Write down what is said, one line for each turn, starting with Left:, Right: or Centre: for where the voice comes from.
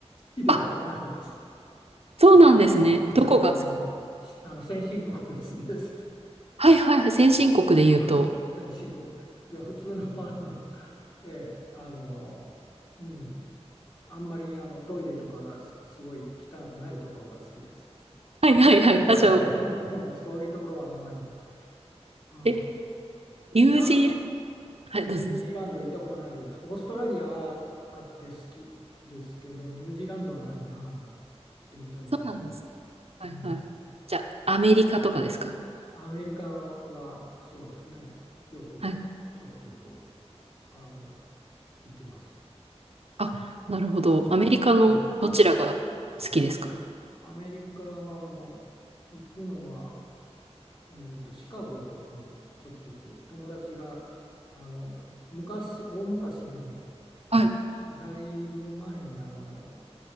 Left: きではない。
Right: あ、そうなんですね。
Left: うん、
Right: どこが好き
Left: あの、先進国が好きです。
Right: はいはいはい。先進国で言うと。
Left: <laughs> うん先進国。いや、普通の、あの、ええ、あの、うん、あんまりあのトイレとかがすすごい汚くないところが好きです。
Right: はいはいはい。
Left: <laughs>
Right: あ、じゃあ、
Left: そういうところはあんまり。うん、
Right: え、ニュージーラン
Left: いや、
Right: ド、はい、
Left: ニュージーランド行ったことないです。
Right: どうぞどうぞ。
Left: オーストラリアはあって好きですけど、ニュージーランドはないな。行ってみたいと思
Right: そうなんです。
Left: う。
Right: はいはい。
Left: うん。
Right: じゃあ、アメリカとかですか
Left: アメリカはそうですね。よくちょくちょく
Right: はい。
Left: あの行きます。
Right: あ、なるほど。アメリカのどちらが好きですか
Left: うん。アメリカはあの行くのは、えーと、シカゴにちょくちょく友達があの昔大昔に
Right: はい。う
Left: もうだいぶ前にあの